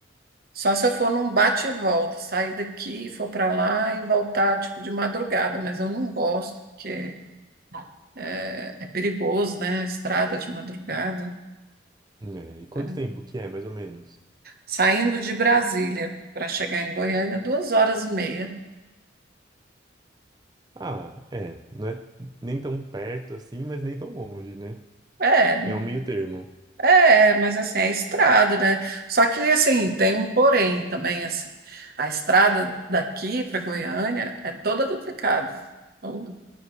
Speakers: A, on the right; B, on the right.
A: só se eu for num bate e volta, sair daqui, for para lá e voltar, tipo, de madrugada, mas eu não gosto, porque é, é perigoso, né? Estrada de madrugada.
B: É, e quanto
A: É.
B: tempo que é, mais ou menos?
A: Saindo de Brasília para chegar em Goiânia, duas horas e meia.
B: Ah, é, não é nem tão perto assim, mas nem tão longe, né?
A: É,
B: É um meio termo.
A: É, mas assim, é estrada, né? Só que assim, tem um porém também, assim. A estrada daqui para Goiânia é toda duplicada. toda.